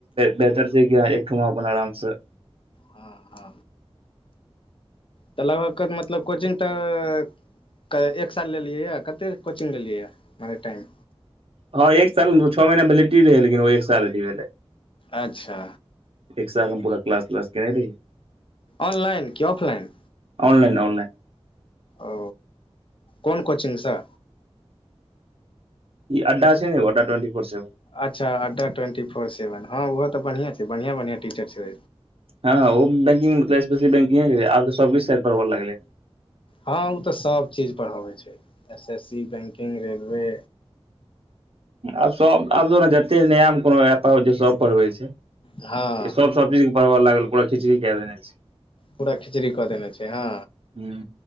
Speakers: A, on the right (about 65°); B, on the left (about 55°).
A: बेहतर छै अपन आराम से
B: ह ह तऽ लगभग के मतलब कोचिग तऽ एक साल लेलिए यऽ कते कोचिङ्ग लेलिए य मने टाइम
A: हँ एक साल छओ महीना पहिटी रहै लेकिन ओ एक साल रही भेलहिे
B: अच्छा।
A: एक साल हम पूरा क्स त्लास केने रह
B: ऑनलाइन कि ऑफलाइन
A: ऑनलाइन ऑनलाइन
B: ओ कोन कोचिगसँ
A: अड्डा छै ने ओड्डाटेंट फोर सेवन
B: अच्छा अड्ाट्वेन्टी फोर सेवन हँ ओहो तऽ बढ़िआँ छै बढ़िआँ बढ़िआँ टीचर छै
A: हँ हँ ओ बैंिंग मतल्पी बैंिंगे आब सब सा परढ़ब लगलै
B: हँ ओ तऽ सब चीज पढ़बै छै S S C banking railway
A: आब सब आब ने जते नया कोनो सब पढ़बै छै
B: हँ
A: सब सब चीज के बढ़बऽ लागल पूरा खिचड़ी कए देने छै
B: पूरा खिचड़ी कऽ देने छै हँ
A: हू